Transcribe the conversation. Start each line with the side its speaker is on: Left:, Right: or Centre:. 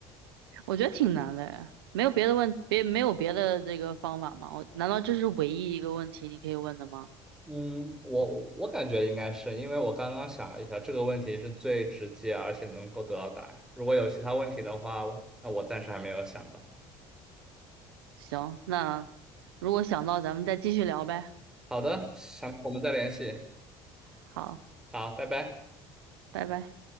Right: 我觉得挺难的呀，没有别的问，别没有别的这个方法吗？我难道这是唯一一个问题你可以问的吗？
Centre: 嗯，我我感觉应该是，因为我刚刚想了一下，这个问题是最直接而且能够得到答案。如果有其他问题的话，我那我暂时还没有想到。
Right: 行，那如果想到咱们再继续聊呗。
Centre: 好的，想到我们再联系。
Right: 好，
Centre: 好，拜拜。
Right: 拜拜。